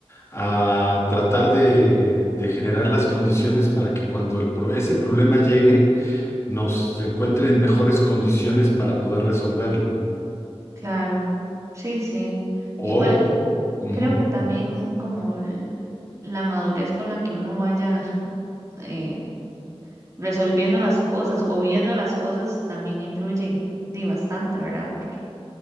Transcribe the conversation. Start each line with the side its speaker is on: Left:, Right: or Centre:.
Left: a tratar de, de generar las condiciones para que cuando el pro- ese problema llegue, nos encuentre en mejores condiciones para poder resolverlo.
Right: claro. Sí, sí.
Left: O,
Right: Igual
Left: ujú.
Right: creo que también como el- la madurez con la que uno vaya eh, resolviendo las cosas o viendo las cosas también influye di, bastante, ¿verdad? Porque